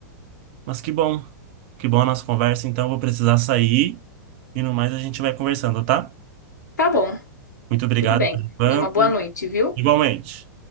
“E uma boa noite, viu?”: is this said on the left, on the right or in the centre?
Left